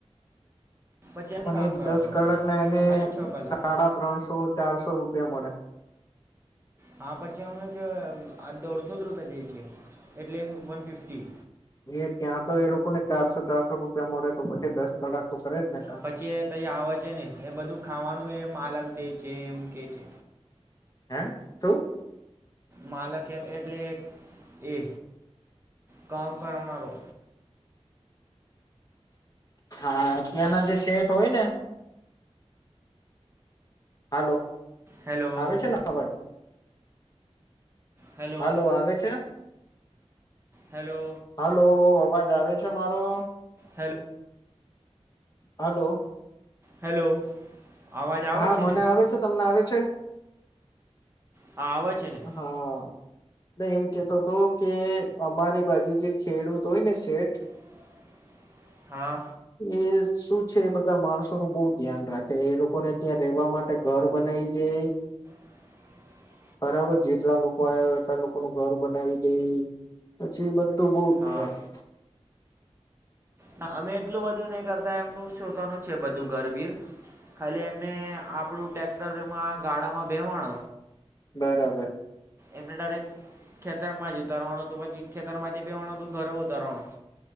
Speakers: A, on the right (about 25°); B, on the left (about 35°).
A: પછી અમને
B: અને
A: કામ
B: એ
A: કરાવતા
B: દસ કલાકના
A: પછી
B: એને
A: ખાલી છ કલાક
B: સાડા ત્રણસો ચારસો રૂપ રિયા મડે.
A: હા પછી અમે કે આ દોઢસો જ રૂપિયા જઈ છ, એટલે વન ફિફ્ટી
B: એ ત્યાં તો એ લોકોને ચારસો ચારસો રૂપિયા મળે તો પછી દસ કલાક તો કરે જ ને કામ
A: પછી એ ત આવે છે ને એ બધું ખાવાનું એ માલક દે છે એમ કે છે
B: હે તો
A: માલક એમ એટલે એ કામ કરના રો
B: હા ત્યાંના જે સેટ હોય ને હાલો
A: હેલો
B: આવે છે ને અવાજ
A: હેલો
B: હાલો આવે છે?
A: હેલો
B: હલો અવાજ આવે છે મારો?
A: Hello
B: hello.
A: હેલો. અવાજ આવે
B: હા
A: છે
B: મને
A: ને
B: આવે છે, તમને આવે છે?
A: હા આવ છે ને.
B: હા એમ કેતો હતો કે અમારી બાજુ જે ખેડૂત હોય ને શેઠ
A: <unintelligible> હા
B: એ શું છે એ બધા માણસો ન બહુ ધ્યાન રાખે એ લોકોને ત્યાં રહેેવા માટે ઘર બનાવી દે
A: <inaudible>
B: બરાબર જેટલા લોકો આવય એટલા લોકોનું ઘર બનાવી દે પછી બધ <unintelligible>
A: હા ના અમે એટલું બધું નહી કરતા એમનું શોતાનું છે બધું ગરવીર ખાલી એમને આપણું ટેક્ટરમાં ગાળામાં બેવાણ
B: બરાબર.
A: એમને ડાયરેક્ટ ખેતર માં જ ઉતરવાનું તો પછી ખેતર માંથી બેહવાનું તો ઘરે ઉતરવાનું